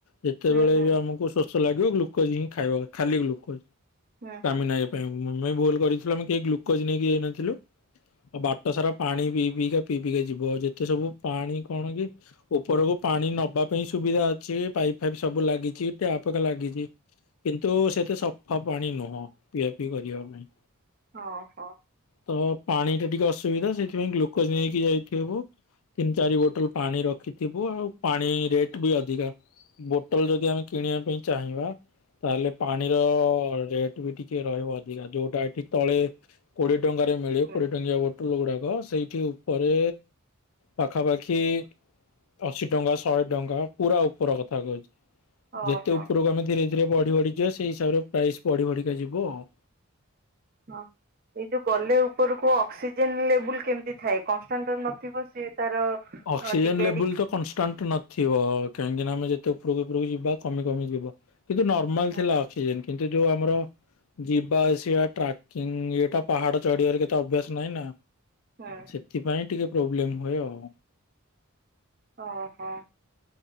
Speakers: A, on the left; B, on the right.
A: ଯେତେବେଳେ
B: ହୁଁ ହୁଁ
A: ବି ଆମକୁ ଶୋଷ ଲାଗିବ ଗ୍ଲୁକୋଜ ହିଁ ଖାଇବା ଖାଲି ଗ୍ଲୋ
B: ହୁଁ ହୁଁ
A: ନ ଏ ପାଇଁ ଆମେ ଭୁଲ କରିଥିଲୁ ଆମେ କେହି ଗ୍ଲୁକୋଜ ନେଇକି ଯାଇ ନଥିଲୁ ଆଉ ବାଟ ସାରା ପାଣି ପିଇ ପିଇ ପିଇିକା ଯିବ ଆଉ ଯେତେ ସବୁ ପାଣି କଣ କି ଉପରକୁ ପାଣି ନବା ପାଇଁ ସୁବିଧା ଅଛି ପାଇପ୍ ଫାଇପ୍ ସବୁ ଲାଗିଛି ଟ୍ୟାପ ଲାଗିଛି କିନ୍ତୁ ସେତେ ସଫା ପାଣି ନୁହଁ ପିଇଆ ପିଇ କରିବା ପାଇଁ
B: ହଉ ହୋ
A: ତ ପାଣି ଟା ଟିକେ ଅସୁବିଧା ସେଥିପାଇଁ ଗ୍ଲୁକୋଜ ନେଇକି ଯାଇଥବ ତିନି ଚାରି ବୋଟଲ ପାଣି ରଖିଥିବୁ ଆଉ ପାଣି ରେଟ୍ ବି ଅଧିକା ବୋଟଲ ଯଦି ଆମେ କିଣିବା ପାଇଁ ଚାହିଁବା। ତାହେଲେ ପାଣିର ରେଟ ବି ଟିକେ ରହିବ ଅଧିକା ଯୋଉଟାଠିକ ତଳେ କୋଡିଏ ଟଙ୍କାରେ ମିଳେ
B: ହୁଁ
A: କୋଡିଏ ଟଙ୍କିଆ ବୋଟୁଲ ଗୁଡାକ ସେଇଠି। ପରେ ପାଖାପାଖି ଅଶୀ ଟଙ୍କା ଶହେ ଟଙ୍କା ପୁରା ଉପର କଥା କହୁଛି।
B: ଓହୋ
A: ଯେତେ ଉପରକୁ ଆମେ ଧୀରେ ଧୀରେ ବଢି ବଢିଯିବା ସେଇ ହିସାବରେ ପ୍ରାଇସ୍ ବଢି ବଢିକା ଯିବ ଆଉ।
B: ହଁ। ଏଇ ଯୋଉ ଗଲେ ଉପରକୁ ଅକ୍ସିଜେନ ଲେବୁଲ କେମିତି ଥାଏ କନଷ୍ଟାଣ୍ଟ ନଥିବ ସେ ତାର
A: ଅକ୍ସିଜେନ
B: ହଁ ଟିକେ
A: ଲେବୁଲ
B: ଡିକ୍
A: ତ କନଷ୍ଟାଣ୍ଟ ନଥିବ କାହିଁକିନା ଆମେ ଯେତେ ଉପରକୁ ଉପରକୁ ଯ ବା କମି କମି ଯିବ କିନ୍ତୁ ନର୍ମାଲ
B: ହୁଁ
A: ଥିଲା ଅକ୍ସିଜେନ କିନ୍ତୁ ଯୋଉ ଆମର ଯିବା ଆସ ଟ୍ରାକିଂ ଏଇଟା ପାହାଡ ଚଢିବାର କେତେ ଅଭ୍ୟାସ ନାହିଁ ନା।
B: ହୁଁ
A: ସେଥିପାଇଁ ଟିକେ ପ୍ରୋବ୍ଲେମ ହୁଏ ଆଉ।
B: ଓହୋ।